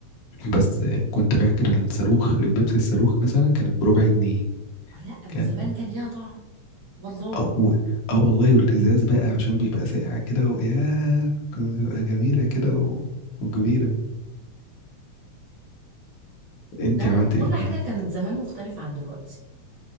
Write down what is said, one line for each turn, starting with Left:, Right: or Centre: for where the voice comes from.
Left: بس كنت فاكر الصاروخ البيبسي الصاروخ مثلا كان بربع جنيه
Right: آه، لا وزمان
Left: كان
Right: كان ليها طعم والله
Left: اه و- اه والله والازاز بقى عشان بيبقى ساقع كده وياه كانت بتبقى جميله كده و... وكبيره انت
Right: لا
Left: عملت
Right: لا كل
Left: ايه في عاداتي
Right: حاجة كانت زمان مختلفة عن دلوقتي